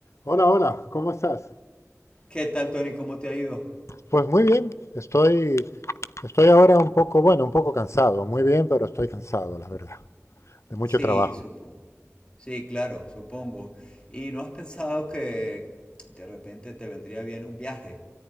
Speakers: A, on the left (about 60°); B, on the left (about 20°).
A: Hola, hola, ¿cómo estás?
B: ¿Qué tal, Tony? ¿Cómo te ha ido?
A: Pues muy bien, estoy, estoy ahora un poco, bueno, un poco cansado, muy bien, pero estoy cansado, la verdad, de mucho
B: Sí,
A: trabajo.
B: supongo. Sí, claro, supongo. ¿Y no has pensado que de repente te vendría bien un viaje?